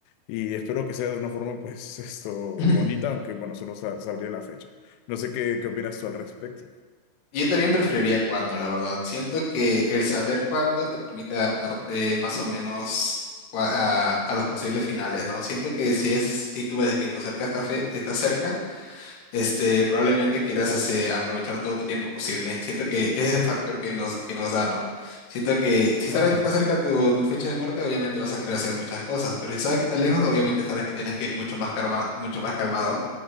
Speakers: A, on the left; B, on the left.
A: Y espero que sea de una forma, pues, esto bonita,
B: <laughs>
A: aunque bueno, solo sa- sabría la fecha. No sé qué, qué opinas tú al respecto.
B: Yo también preferiría cuándo, la verdad. Siento que el saber cuándo te permite adaptarte más o menos cua- a, a los posibles finales, ¿no? Siento que si es, si tú ves que tu cerca está fe, está cerca, este, probablemente quieras hacer- aprovechar todo tu tiempo posible. Siento que ese es el factor que nos, que nos da, ¿no? Siento que si
A: Claro,
B: sabes que está cerca tu, tu fecha de muerte, obviamente vas a querer hacer muchas cosas, pero si sabes que está lejos, obviamente sabes que tienes que ir mucho más calma, mucho más calmado